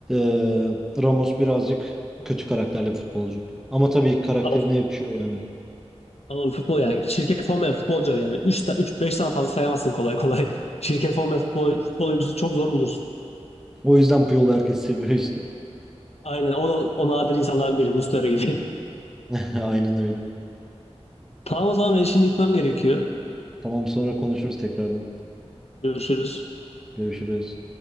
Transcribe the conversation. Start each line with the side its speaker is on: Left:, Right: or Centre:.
Centre: E, Ramos birazcık kötü karakterli futbolcu. Ama tabii karakterine
Left: Ama,
Centre: yakışıyor yani.
Left: ama futbol yani çirkef olmayan futbolcu yani üç, üç beş tane fazla sayamazsın kolay kolay. <laughs> Çirkef olmayan futbol, futbol oyuncusu çok zor bulursun.
Centre: O yüzden Puyol'u herkes seviyor işte.
Left: Aynen o da o nadir insanların biri Muslera gibi. <laughs>
Centre: <laughs> Aynen öyle.
Left: Tamam o zaman ben şimdi gitmem gerekiyor.
Centre: Tamam sonra konuşuruz tekrardan.
Left: Görüşürüz.
Centre: Görüşürüz.